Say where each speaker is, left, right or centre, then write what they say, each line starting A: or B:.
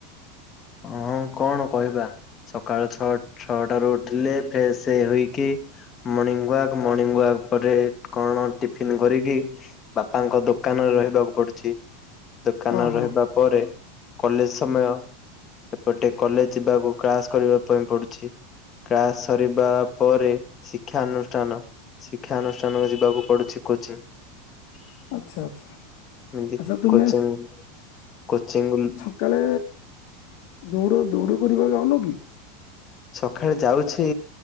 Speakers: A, on the left; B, on the left.
A: ହଁ କଣ କହିବା। ସକାଳ ଛଅ ଛଅଟାରୁ ଉଠିଲେ ଫ୍ରେଶ୍ ହୋଇକି। ମର୍ଣିଂ ୱାକ୍ ମର୍ଣ୍ଣିଂ ୱାକ ପରେ କଣ ଟିଫିନ୍ କରିକି। ବାପାଙ୍କ ଦୋକାନରେ ରହିବାକୁ ପଡୁଛି। ଦୋକାନ
B: ହଁ
A: ରେ
B: ହଁ
A: ରହିବା ପରେ କଲେଜ ସମୟ। ଏପଟେ କଲେଜ ଯିବାକୁ କ୍ଳାସ କରିବା ପାଇଁ ପଡୁଛି। କ୍ଲାସ ସରିବା ପରେ ଶିକ୍ଷାନୁଷ୍ଠାନ। ଶିକ୍ଷାାନୁଷ୍ଠାନକୁ ଯିବାକୁ ପଡୁଛି। କୋଚିଂ ଏମତି
B: ଆଚ୍ଛା ଆଚ୍ଛା ଆଚ୍ଛା ତୁମେ
A: କୋଚିଂ। କୋଚିଙ୍ଗ ଗଲୁ
B: କାଳେ ଦୌଡ଼ ଦୌଡ଼ କରିବା ଯାଉନୁ କି।
A: ସକାଳେ ଯାଉଛି